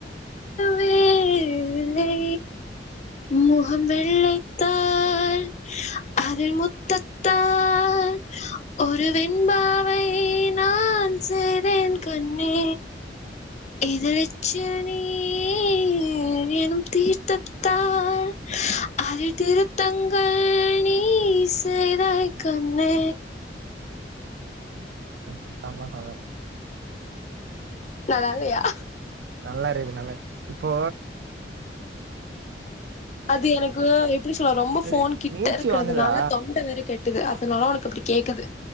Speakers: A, on the left; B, on the right.
A: வேறி ல்லை
B: ம்
A: முக கம் வெள்ளைத்தாள் அதில் முத் தத்தால் ஒரு வெண்பாவை நான் செய்தேன் கண்ணே இதழ் எச்சில் நீர் எனும் தீர்த்தத்தால் அதில் திருத்தங்கள் நீ செய்தாய் கண்ணே
B: ஆ செம செம
A: நல்லால்லயா
B: நல்லா இருக்குது நல்லா இப்போ
A: அது எனக்கு எப்டி சொல்ல ரொம்ப
B: அது
A: ஃபோன் கிட்ட
B: மூச்சு
A: இருக்குறதுனால
B: வாங்குதா
A: தொண்ட வேற கெட் அதனால உனக்கு அப்டி கேக்குது